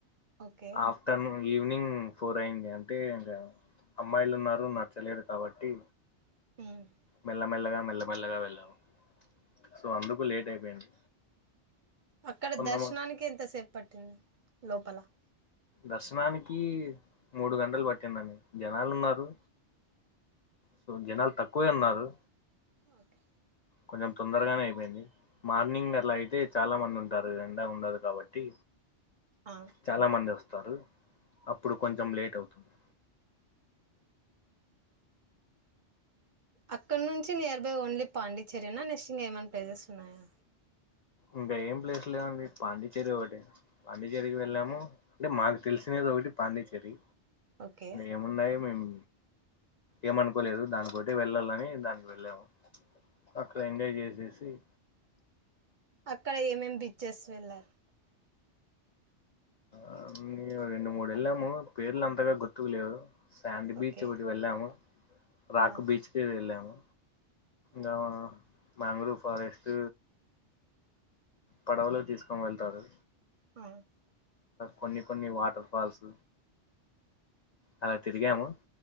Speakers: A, on the right (about 55°); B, on the left (about 60°).
A: ఓకే
B: ఆఫ్టర్నూన్ ఈవినింగ్ ఫోర్ అయింది అంటే ఇంకా అమ్మాయిలు ఉన్నారు నచ్చలేదు కాబట్టి
A: మ్మ్ హ్
B: మెల్లమెల్లగా మెల్లమెల్లగా వెళ్ళాము సో అందుకు లేట్ అయిపోయింది
A: అక్కడ
B: కొందమ
A: దర్శనానికి ఎంతసేపు పట్టింది లోపల
B: దర్శనానికి మూడు గంటలు పట్టిందండి జనాలు ఉన్నారు సో జనాలు తక్కువే ఉన్నారు
A: ఓకే
B: కొంచెం తొందరగానే అయిపోయింది మార్నింగ్ అలా అయితే చాలా మంది ఉంటారు ఎండ ఉండదు కాబట్టి
A: ఆ
B: చాలా మంది వస్తారు అప్పుడు కొంచెం లేట్ అవుతుంది
A: అక్కడ నుంచి నియర్ బై ఓన్లీ పాండిచ్చేరినా నెక్స్ట్ ఏమన్నా ప్లేసెస్ ఉన్నాయా
B: ఇంకా ఏం ప్లేస్ లేవండి పాండిచ్చేరి ఒకటే పాండిచ్చేరికి వెళ్ళాము అంటే మాకు తెలిసిన ఒకటి పాండిచ్చేరి
A: ఓకే
B: ఏమున్నాయి మేము ఏమనుకోలేదు దానితోటి వెళ్ళాలని దానికి వెళ్ళాము అక్కడ ఎంజాయ్ చేసాము
A: అక్కడ ఏమేం బీచెస్ వెళ్లారు
B: ఆ మేము రెండు మూడు వెళ్ళాము పేర్లు అంతగా గుర్తుకు లేవు శాండ్ బీచ్
A: ఓకే
B: ఒకటి వెళ్ళాము రాక్
A: ఆ
B: బీచ్ కి వెళ్ళాము దా
A: ఓకే
B: మ్యాంగ్రూ్ ఫారెస్ట్ పడవలో తీసుకొని వెళ్తారు
A: హ్హ్
B: కొన్ని కొన్ని వాటర్ ఫాల్స్ అలా తిరిగాము